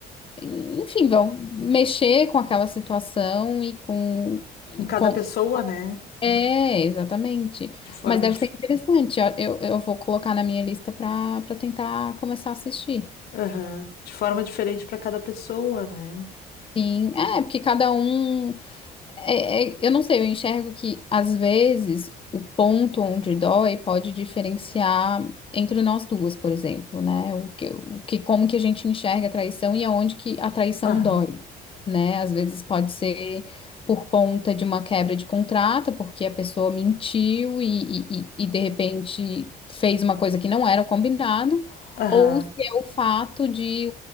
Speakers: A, on the left; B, on the left.
A: enfim, vão mexer com aquela situação e com, e
B: com cada
A: com
B: pessoa, né?
A: é, exatamente.
B: de forma
A: Mas deve
B: dif...
A: ser interessante. ó, Eu, eu vou colocar na minha lista para para tentar começar a assistir.
B: aham, de forma diferente para cada pessoa, né?
A: Assim, é, porque cada um É- é- eu não sei, eu enxergo que às vezes o ponto onde dói pode diferenciar entre nós duas, por exemplo, né? O que, o que, como que a gente enxerga a traição e aonde que a traição
B: Aham,
A: dói, né? Às vezes pode ser por conta de uma quebra de contrato, porque a pessoa mentiu e, e, e e, de repente fez uma coisa que não era o combinado,
B: aham,
A: ou se é o fato de